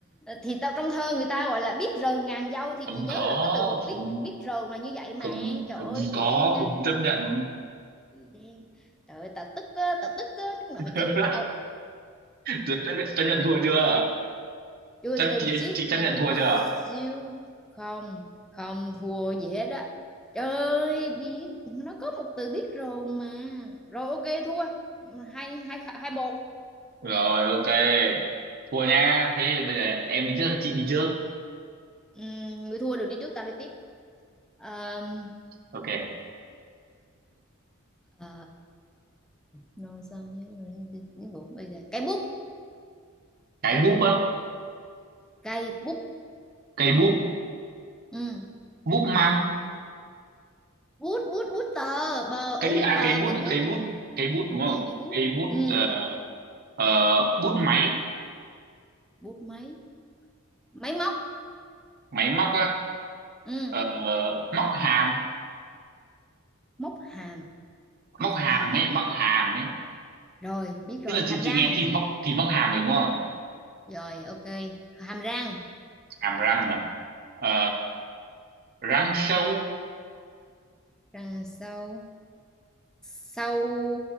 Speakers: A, in the centre; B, on the right.
A: thì tao trong thơ người ta gọi là biết rờn ngàn dâu thì
B: không
A: chị nhớ
B: có
A: là cái từ một biết
B: không
A: biết rờn là như vậy mà
B: không
A: trời
B: không
A: ơi chị
B: có
A: đang
B: không chấp nhận
A: chị đang trời ơi tao tức á, tao tức á, chút
B: <laughs>
A: nào mày chết với tao
B: Duyệt chấp nhận, chấp nhận thua chưa
A: Chui
B: chấp
A: từ từ
B: chị,
A: một xíu
B: chị
A: Một
B: chấp nhận thua
A: xíu
B: chưa
A: Không Không thua gì hết á Trời biết Nó có một từ biết rồi mà Rồi ok thua Hai hai hai một
B: rồi ok thua nha thế thì bây giờ em đi trước hay chị đi trước
A: Ừm, Người thua được đi trước tao đi tiếp Ờm,
B: ok
A: ờ, Nói sao mới- tiếng Ngữ bây giờ Cây bút
B: cái bút á
A: Cây bút
B: cây bút
A: ừ.
B: bút măng
A: Bút bút bút tờ Bờ
B: cây
A: u
B: à
A: tờ
B: cây bút
A: cái bút
B: cây bút cây bút đúng không
A: Ờ cái bút
B: cây bút
A: ừ.
B: ờ, ờ, bút máy
A: Bút máy Máy móc
B: máy móc á
A: ừ.
B: ờ, móc hàm
A: Móc hàm Móc
B: móc hàm
A: hàm
B: ấy móc hàm ấy
A: rồi biết rồi
B: tức là
A: hàm
B: chị chị
A: răng
B: nghe thì móc thì móc hàm rồi đúng không
A: rồi ok hàm răng
B: hàm răng này Ờ, răng sâu
A: răng sâu sâu